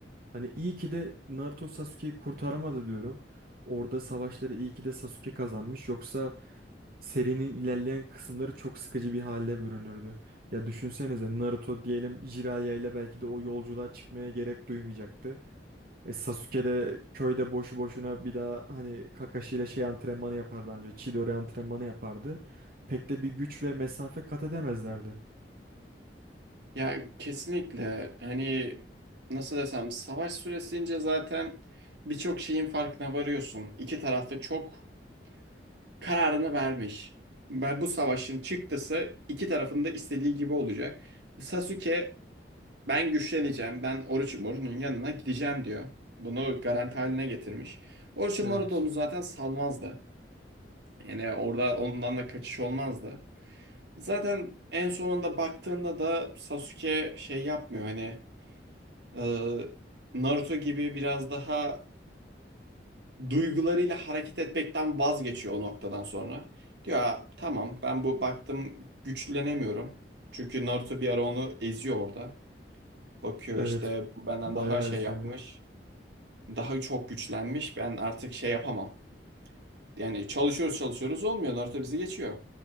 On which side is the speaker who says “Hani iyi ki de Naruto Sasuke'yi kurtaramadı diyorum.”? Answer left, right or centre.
Right